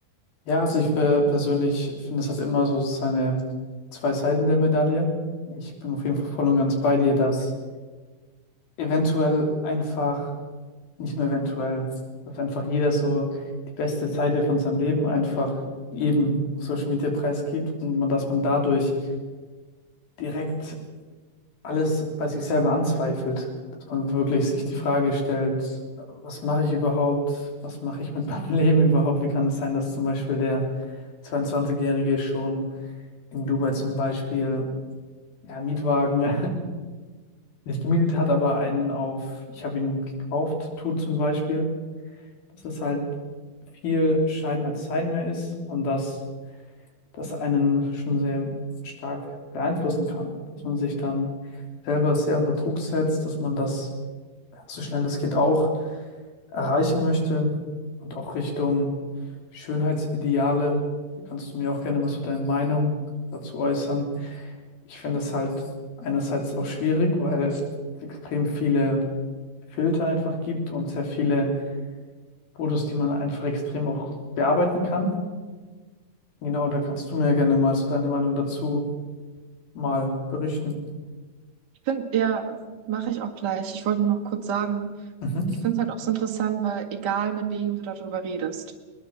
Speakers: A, on the left; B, on the right.
A: Ja, also ich per- persönlich finde, es hat immer so seine zwei Seiten der Medaille. Ich bin auf jeden Fall voll und ganz bei dir, dass eventuell einfach, nicht nur eventuell, dass einfach jeder so die beste Seite von seinem Leben einfach eben auf Social Media preisgibt und man, dass man dadurch direkt alles bei sich selber anzweifelt. Dass man wirklich sich die Frage stellt, was mache ich überhaupt? Was mache ich mit meinem <laughs> Leben überhaupt? Wie kann es sein, dass zum Beispiel der 22-Jährige schon in Dubai zum Beispiel ja, einen Mietwagen <laughs> nicht gemietet hat, aber einen auf, ich habe ihn gekauft, tut zum Beispiel, dass es halt viel Schein als Sein mehr ist und dass das einen schon sehr stark beeinflussen kann, dass man sich dann selber sehr unter Druck setzt, dass man das ja, so schnell es geht auch erreichen möchte und auch Richtung Schönheitsideale. Da kannst du mir auch gerne mal so deine Meinung dazu äußern Ich finde es halt einerseits auch schwierig, weil es extrem viele Filter einfach gibt und sehr viele Fotos, die man einfach extrem auch bearbeiten kann. Genau, da kannst du mir ja gerne mal so deine Meinung dazu mal berichten.
B: Find, ja, mache ich auch gleich. Ich wollte nur noch kurz sagen,
A: Mhm.
B: ich finde es halt auch so interessant, weil egal mit wem du darüber redest,